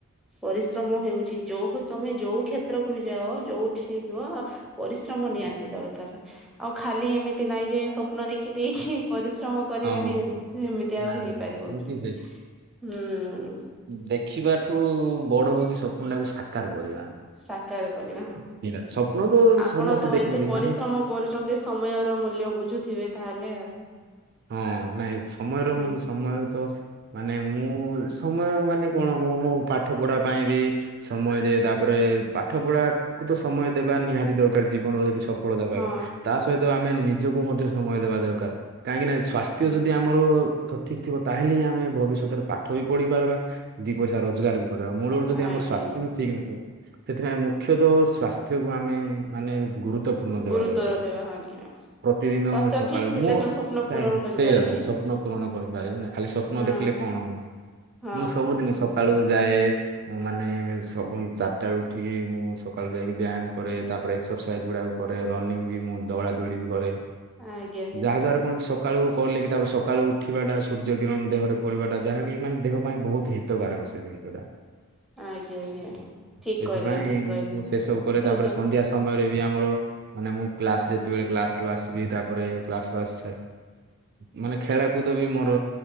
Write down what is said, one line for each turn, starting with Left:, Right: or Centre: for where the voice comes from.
Centre: ପରିଶ୍ରମ ହେଉଚି ଯୋଉ ହୁ ତମେ ଯୋଉ କ୍ଷେତ୍ରକୁ ବି ଯାଅ ଯୋଉଠି ରୁହ ପରିଶ୍ରମ ନିହାତି ଦରକାର ଆଉ ଖା ଖାଲି ଏମିତି ନାଇଁ ଯେ ସପ୍ନ ଦେଖି ଦେଇକି ପରିଶ୍ରମ କରିବେନି
Right: ଆଉ
Centre: ଏମିତି ଆଉ
Right: ନାହିଁ
Centre: ହେଇପାରିବ
Right: ସେମିତି
Centre: କି ହୁଁ।
Right: ଦେଖିବା ଠୁ ବଡ ହୋଉଚି ସ୍ୱପନ ଟାକୁ ସାକାର କରିବା।
Centre: ସାକାର କରିବା।
Right: ନିହାତି ସ୍ୱପ୍ନ ତ
Centre: ଆପଣ
Right: ସମସ୍ତେ
Centre: ତ
Right: ଦେଖନ୍ତି
Centre: ଏତେ ପରିଶ୍ରମ
Right: ମାନେ
Centre: କରୁଚନ୍ତି ସମୟର ମୂଲ୍ୟ ବୁଝୁଥିବେ ତାହେଲେ ଆଉ।
Right: ହଁ ନାଇଁ ସମୟର
Centre: ହୁଁ
Right: ମ ସମୟ ତ ମାନେ ମୁଁ। ସମୟ ମାନେ କଣ ମୁଁ ମୋ ପାଠ ପଢା ପାଇଁ ବି ସମୟ ଦିଏ ତାପରେ ପାଠ ପଢା ତ ସମୟ ଦେବା ନିହାତି ଦରକାର ଜୀବନର ଯଦି ସ ସଫଳତା ପାଇବା
Centre: ହଁ
Right: ତା ସହିତ ଆମେ ନିଜକୁ ମଧ୍ୟ ସମୟ ଦେବା ଦରକାର କାହିଁକି ନା ସ୍ଵାସ୍ଥ୍ୟ
Centre: ହଁ
Right: ଯଦି ଆମର ସଠିକ୍ ଥିବ। ତାହେଲେ ହିଁ ଆମେ ଭବିଷ୍ୟତରେ ପାଠ ବି ପଢି ପାରବା ଦିଇ ପଇସା ରଜଗାର ବି କରିବା ମୂଳରେ ଯି
Centre: ଆଜ୍ଞା।
Right: ଆମର ସ୍ବାସ୍ଥ୍ୟ ବି ଠିକ୍ ନଥିବ ସେଥିପାଇଁ ମୁଖ୍ୟତଃ ସ୍ଵାସ୍ଥ୍ୟକୁ ଆମେ ମାନେ ଗୁରୁତ ଗୁରୁପୂର୍ଣ୍ଣ ଦେବା
Centre: ଗୁରୁତ୍ୱର
Right: ଦରକାର
Centre: ଦେବା ଆଜ୍ଞା
Right: ପ୍ରତିଦିନ
Centre: ସ୍ୱାସ୍ଥ୍ୟ
Right: ସକାଳୁ
Centre: ଠିକ ଥିଲେ
Right: ମୁଁ
Centre: ତ ସ୍ୱପ୍ନ ପୂରଣ କରିପାରିବେ।
Right: ସେଇଟା ସ୍ୱପ୍ନ ପୂରଣ କରିପାରିବୁ ନାଁ ଖାଲି ସ୍ୱପ୍ନ
Centre: ହଁ
Right: ଦେଖିଲେ କଣ ହବ।
Centre: ହଁ
Right: ମୁଁ ସବୁଦିନ ସକାଳୁ ଯାଏ ମାନେ ସବୁ ଚାରିଟା ବେଳେ ଉଠିକି ମୁଁ ସକାଳୁ ଯାଇକି ବ୍ୟାୟାମ କରେ ତାପରେ ଏଜ ଗୁା କରେ ରନିଙ୍ଗ ବି ମୁଁ ଦୌଳା ଦୋଳି ବି କରେ
Centre: ଆଜ୍ଞା ଆଜ୍ଞା।
Right: ଯାହା ଦ୍ୱାରା ସକାଳୁ କଲେ କି ତାପରେ ସକାଳୁ ଉଠିବାଟା ସୂର୍ଯ୍ୟ କିରଣ ଦେହରେ ପଡ଼ିବାଟା ଯାହାକି ମାନେ ଦେହ ପାଇଁ ବହୁତ ହିତକାରକ। ସେ ଜିନିଷ ଟା।
Centre: ଆଜ୍ଞା ଆଜ୍ଞା ଠିକ
Right: ସେଥିପାଇଁ
Centre: କହିଲେ ଠିକ କହିଲେ।
Right: ମୁଁ ସେସବୁ କରେ
Centre: ସୁଯୋଗ
Right: ତାପରେ ସନ୍ଧ୍ୟା ସମୟରେ ବି ଆମର ମାନେ ମୁଁ କ୍ଲାସ ଯେତେବେଳେ କ୍ଲାସୁ ଆସିବି ତାପରେ କ୍ଲାସୁ ଆସି ମାନେ ଖେଳକୁଦ ବି ମୋର